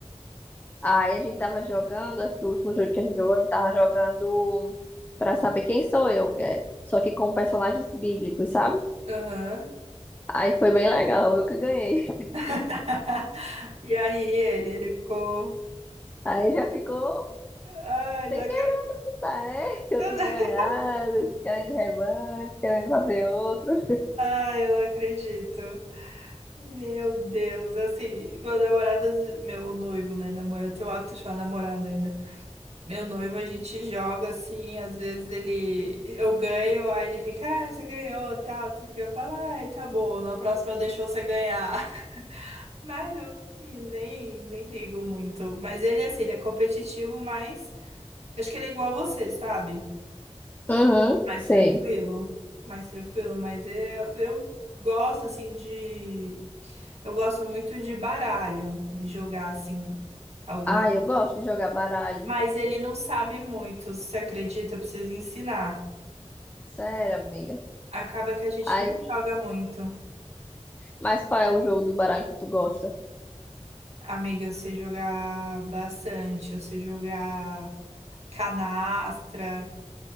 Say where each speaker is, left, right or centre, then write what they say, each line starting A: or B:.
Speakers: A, on the left; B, on the right.
A: Aí a gente tava jogando, acho que o último jogo que a gente jogou, a gente tava jogando pra saber quem sou eu, que é- só que com personagens bíblicos, sabe?
B: Aham.
A: Aí foi bem legal, eu que ganhei.
B: <laughs> E aí ele, ele ficou,
A: Aí já ficou
B: ai,
A: sem
B: não acredito.
A: querer, tá, né? Que eu
B: <laughs>
A: tinha ganhado, querendo revanche, querendo fazer outro.
B: Ai, eu não acredito. Meu Deus, assim, meu namorado, meu noivo, né, namorado, eu tenho o hábito de falar namorado ainda. Meu noivo, a gente joga assim, às vezes ele eu ganho, aí ele fica, ah, você ganhou, tal, tu quer falar, ai, tá bom, na próxima eu deixo você ganhar. <laughs> Mas eu assim, nem, nem ligo muito. Mas ele, assim, ele é competitivo, mas eu acho que ele é igual a você, sabe?
A: Uhum,
B: Mais
A: sei.
B: tranquilo, mais tranquilo, mas eu, eu gosto, assim, de. Eu gosto muito de baralho, de jogar, assim, alguns.
A: Ah, eu gosto de jogar baralho.
B: Mas ele não sabe muito, você acredita? Eu preciso ensinar.
A: Sério, amiga.
B: Acaba que a gente
A: Aí,
B: nem joga muito.
A: mas qual é o jogo do baralho que tu gosta?
B: Amiga, você jogar bastante, você jogar canastra,